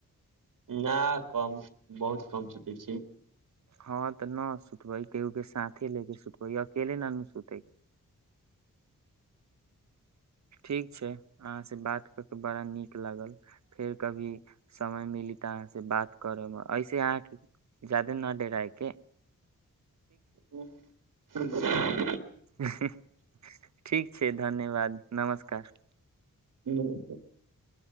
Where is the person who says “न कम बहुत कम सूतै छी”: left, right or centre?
Right